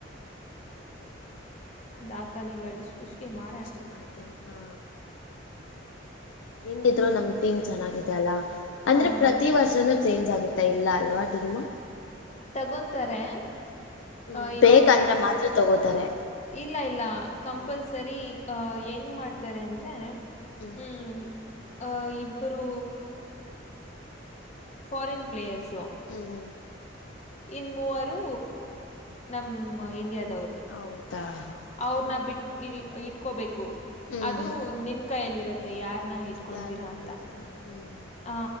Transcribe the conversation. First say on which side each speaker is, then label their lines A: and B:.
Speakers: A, on the left (about 35°); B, on the left (about 80°).
A: ದಾಖಲೆಗಳು ಸೃಷ್ಟಿ ಮಾಡೋಣ
B: ಸೃಷ್ಟಿ ಮಾಡ್ತೀವಿ ಹಾ ಹೆಂಗಿದ್ರು ನಮ್ ಟೀಮ್ ಚೆನ್ನಾಗಿದೆ ಅಲ್ಲ ಅಂದ್ರೆ
A: ಹೌದು
B: ಪ್ರತಿ ವರ್ಷನುೂ ಚೇಂಜ್ ಆಗುತ್ತಾ ಇಲ್ಲ ಅಲ್ವಾ ಟೀಮು
A: ತಗೊಂತಾರೆ
B: ಹ್ಮ್
A: ಅ ಇವಾಗ
B: ಬೇಕಂದ್ರೆ ಮಾತ್ರ ತಗೋತಾರೆ
A: ಇಲ್ಲ ಇಲ್ಲ ಕಂಪಲ್ಸರಿ
B: ಹ್ಮ್
A: ಅಹ ಹೆಂಗ್ ಮಾಡ್ತಾರೆ ಅಂದ್ರೆ
B: ಹ್ಮ್
A: ಹ್ಮ ಅ ಇಬ್ಬರುೂ ಫಾರಿನ್ ಪ್ಲೇಯರ್ಸ್
B: ಹು ಹು
A: ಇನ್ ಮೂವರು ನಮ್ಮ ಇಂಡಿಯ ರು
B: ಹೌದಾ ಹಾ
A: ಅವ್ರನ್ನ ಬಿಟ್ ಇಟ್ಕೋಬೇಕು
B: ಹ್ಮ್
A: ಅದು
B: ಹ್ಮ್
A: ನಿಮ್ ಕೈಯಲ್ಲಿ ಇರತ್ತೆ ಯಾರ್ನ ಇಟ್ಕೊತೀರಾ
B: ಯಾರು ಹೇಳ್ಕೋತಾರೋ
A: ಅಂತ
B: ಹ್ಮ್ ಹ್ಮ್
A: ಆ